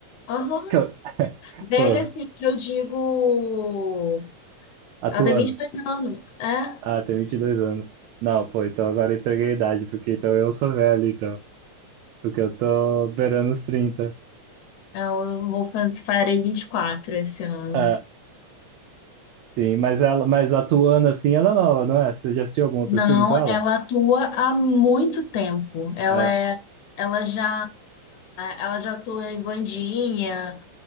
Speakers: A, on the left (about 75°); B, on the right (about 75°).
A: Aham.
B: Que eu- <laughs>
A: Velha,
B: Pô,
A: assim, que eu digo.
B: atuando.
A: Ela tem vinte e dois anos. É?
B: Ah, tem 22 anos. Não, pô, então agora eu entreguei a idade, porque então eu sou velho, então. Porque eu tô beirando os trinta
A: Eu vou fazer, farei 24 esse ano.
B: É, sim, mas ela, mas atuando assim, ela é nova, não é? Você já assistiu algum outro
A: Não,
B: filme com ela?
A: ela atua há muito tempo. Ela
B: É.
A: é, ela já, ela já atua em Wandinha,